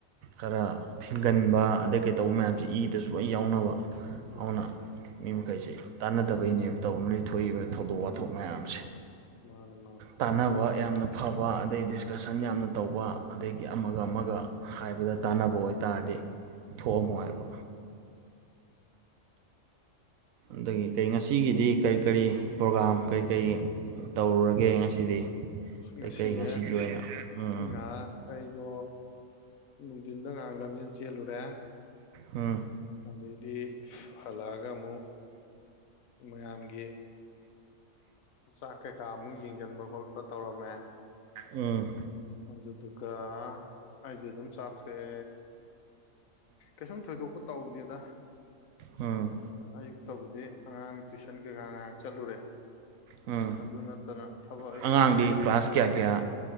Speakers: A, on the right (about 85°); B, on the left (about 85°).
A: ꯈꯔ ꯐꯤꯡꯒꯟꯕ ꯑꯗꯩ ꯀꯩꯗꯧꯕ ꯃꯌꯥꯝꯁꯦ ꯏꯗꯁꯨ ꯂꯣꯏ ꯌꯥꯎꯅꯕ
B: ꯎꯝ
A: ꯍꯧꯅ ꯃꯤ ꯃꯈꯩꯁꯦ ꯇꯥꯟꯅꯗꯕꯩꯅꯦꯕ ꯇꯧꯅ ꯊꯣꯛꯏꯕ
B: ꯎꯝ
A: ꯊꯧꯗꯣꯛ
B: ꯎꯝ
A: ꯋꯥꯊꯣꯛ ꯃꯌꯥꯝꯁꯦ
B: ꯃꯥꯅꯦ ꯃꯥꯅꯦ
A: ꯇꯥꯟꯅꯕ ꯌꯥꯝꯅ ꯐꯕ ꯑꯗꯩ ꯗꯤꯁꯀꯁꯟ ꯌꯥꯝꯅ ꯇꯧꯕ ꯑꯗꯒꯤ ꯑꯃꯒ ꯑꯃꯒ ꯍꯥꯏꯕꯗ ꯇꯥꯟꯅꯕ ꯑꯣꯏꯇꯥꯔꯗꯤ ꯊꯣꯛꯑꯝꯃꯣꯏ ꯍꯥꯏꯕ ꯑꯗꯒꯤ ꯀꯔꯤ ꯉꯁꯤꯒꯤꯗꯤ ꯀꯔꯤ ꯀꯔꯤ ꯄ꯭ꯔꯣꯒꯥ꯭ꯔꯝ ꯀꯔꯤ ꯀꯔꯤ ꯇꯧꯔꯨꯔꯒꯦ ꯉꯁꯤꯗꯤ ꯀꯩꯀꯩ
B: ꯉꯁꯤꯁꯦ
A: ꯉꯁꯤꯒꯤ ꯑꯣꯏꯅ ꯑꯥ
B: ꯉꯥꯏꯍꯥꯛ ꯑꯩꯗꯣ ꯅꯨꯡꯊꯤꯟꯗ ꯉꯥꯡ ꯂꯝꯖꯦꯟ ꯆꯦꯜꯂꯨꯔꯦ
A: ꯍꯥꯥ
B: ꯑꯗꯩꯗꯤ ꯍꯜꯂꯛꯑꯒ ꯑꯃꯨꯛ ꯃꯌꯥꯝꯒꯤ ꯆꯥꯛ ꯀꯩꯀꯥ ꯑꯃꯨꯛ ꯌꯦꯡꯁꯤꯟꯕ ꯈꯣꯠꯄ ꯇꯧꯔꯝꯃꯦ
A: ꯎꯝ
B: ꯑꯗꯨꯗꯨꯒ ꯑꯩꯁꯨ ꯑꯗꯨꯝ ꯆꯥꯊꯣꯛꯑꯦ ꯀꯩꯁꯨꯝ ꯊꯣꯏꯗꯣꯛꯄ ꯇꯧꯗꯦꯗ
A: ꯑꯝ
B: ꯑꯌꯨꯛꯇꯕꯨꯗꯤ ꯑꯉꯥꯡ ꯇꯨꯏꯁꯟ ꯀꯩꯀꯥ ꯉꯥꯏꯍꯥꯛ ꯆꯠꯂꯨꯔꯦ
A: ꯎꯝ
B: ꯑꯗꯨ ꯅꯠꯇꯅ ꯊꯕꯛ ꯑꯍꯦꯟꯕꯗꯤ
A: ꯑꯉꯥꯡꯗꯤ
B: ꯀꯩꯁꯨꯝ
A: ꯀ꯭ꯂꯥꯁ ꯀꯌꯥ
B: ꯇꯧꯗꯦꯗ
A: ꯀꯌꯥ